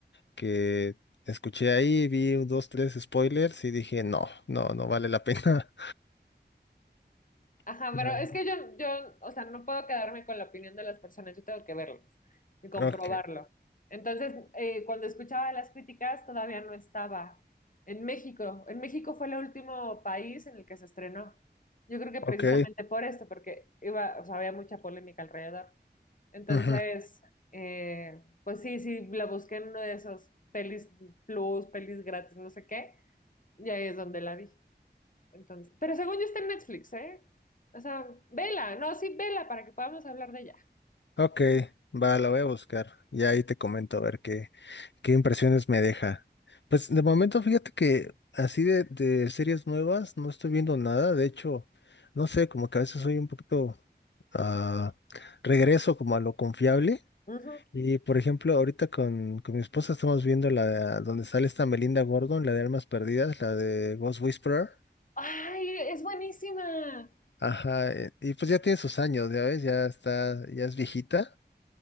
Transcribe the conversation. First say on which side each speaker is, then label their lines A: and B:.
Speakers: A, on the left (about 80°); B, on the left (about 50°).
A: que escuché ahí, vi un, dos, tres spoilers y dije, no, no, no vale la pena. <laughs>
B: Ajá,
A: Claro.
B: pero es que yo, yo, o sea, no puedo quedarme con la opinión de las personas, yo tengo que verlos y comprobarlo.
A: Ok,
B: Entonces, eh, cuando escuchaba las críticas, todavía no estaba en México. En México fue el último país en el que se estrenó. Yo creo que precisamente
A: ok.
B: por esto, porque iba, o sea, había mucha polémica alrededor. Entonces,
A: Ujú.
B: eh, pues sí, sí, la busqué en uno de esos pelis plus, pelis gratis, no sé qué, y ahí es donde la vi. Entonces, pero según yo está en Netflix, ¿eh? O sea, vela, no, sí, vela para que podamos hablar de ella.
A: Ok, va, la voy a buscar. Y ahí te comento a ver qué, qué impresiones me deja. Pues de momento, fíjate que así de, de series nuevas no estoy viendo nada. De hecho, no sé, como que a veces soy un poquito ah, regreso como a lo confiable.
B: Ujú.
A: Y por ejemplo, ahorita con, con mi esposa estamos viendo la donde sale esta Melinda Gordon, la de Almas Perdidas, la de Ghost Whisperer.
B: Ay, es buenísima.
A: Ajá, eh, y pues ya tiene sus años, ya ves, ya está, ya es viejita.